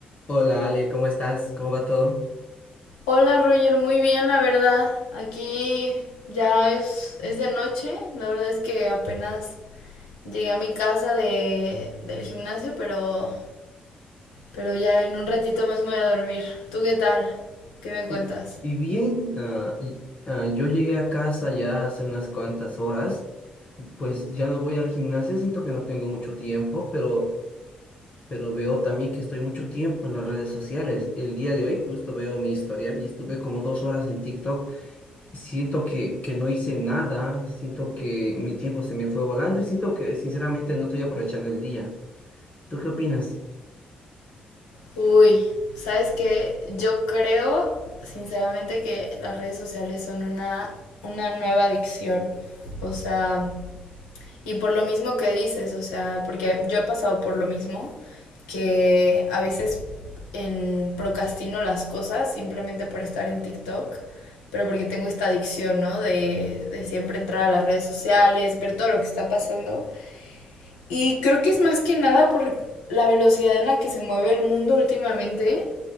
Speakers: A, on the left; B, on the left.
A: Hola Ale, ¿cómo estás? ¿Cómo va todo?
B: Hola Roger, muy bien, la verdad. Aquí ya es, es de noche. La verdad es que apenas llegué a mi casa de, del gimnasio, pero, pero ya en un ratito más me voy a dormir. ¿Tú qué tal? ¿Qué me
A: Mm,
B: cuentas?
A: Y bien, ah, y- ah, yo llegué a casa ya hace unas cuantas horas, pues ya no voy al gimnasio, siento que no tengo mucho tiempo, pero, pero veo también que estoy mucho tiempo en las redes sociales. El día de hoy justo veo mi historial y estuve como dos horas en TikTok. Siento que, que no hice nada, siento que mi tiempo se me fue volando y siento que sinceramente no estoy aprovechando el día. ¿Tú qué opinas?
B: Uy, ¿sabes qué? Yo creo, sinceramente, que las redes sociales son una, una nueva adicción. O sea, Y por lo mismo que dices, o sea, porque yo he pasado por lo mismo, que a veces en, procrastino las cosas simplemente por estar en TikTok, pero porque tengo esta adicción, ¿no? De, de siempre entrar a las redes sociales, ver todo lo que está pasando. Y creo que es más que nada por la velocidad en la que se mueve el mundo últimamente